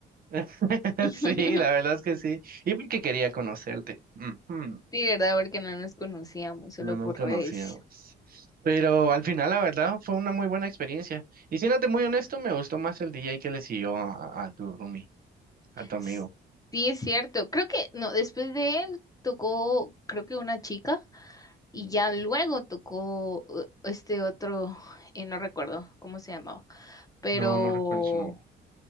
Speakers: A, on the right (about 45°); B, on the left (about 20°).
A: <laughs>
B: <laughs>
A: Sí, la verdad es que sí. Y porque quería conocerte. Ujú.
B: Sí, ¿verdad? Porque no nos conocíamos, solo
A: No nos
B: por
A: conocíamos.
B: redes.
A: Pero al final, la verdad, fue una muy buena experiencia. Y siéndote muy honesto, me gustó más el DJ que le siguió a, a tu roomie, a tu amigo.
B: S- Sí, es cierto. Creo que, no, después de él tocó, creo que una chica, y
A: Ujú.
B: ya luego tocó eh, este otro, eh, no recuerdo cómo se llamaba, pero,
A: No, no recuerdo su nombre.